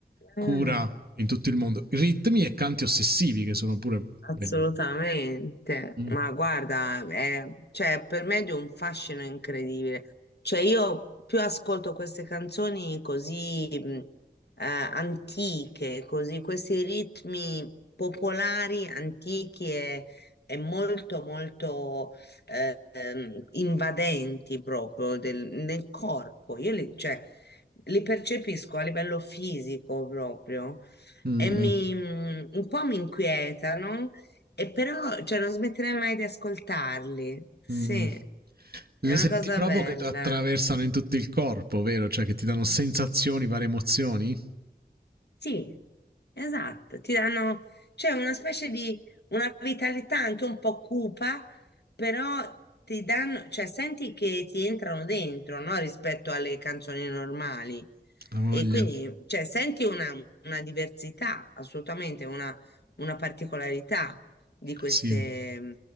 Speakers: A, on the right; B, on the left.
A: cura
B: ah.
A: in tutto il mondo, ritmi e canti ossessivi che sono pure
B: Assolutamente,
A: belli. Mm.
B: ma guarda, è- cioè, per me è di un fascino incredibile. Cioè, io più ascolto queste canzoni così mh, eh, antiche, così, questi ritmi popolari, antichi e, e molto, molto eh, ehm, invadenti proprio del- nel corpo. Io li, cioè, li percepisco a livello fisico proprio
A: Mm.
B: e mi, un po' mi inquietano e però, cioè, non smetterei mai di ascoltarli. Sì,
A: Mm. Le
B: è una
A: senti
B: cosa
A: proprio
B: bella.
A: che ti attraversano in tutto il corpo, vero? Cioè che ti danno sensazioni, varie emozioni?
B: Sì, esatto, ti danno, cioè una specie di, una vitalità anche un po' cupa, però ti danno, cioè senti che ti entrano dentro, no? Rispetto alle canzoni normali.
A: La voglia,
B: E quindi, cioè, senti una, una diversità, assolutamente, una, una particolarità di queste
A: sì.
B: mh,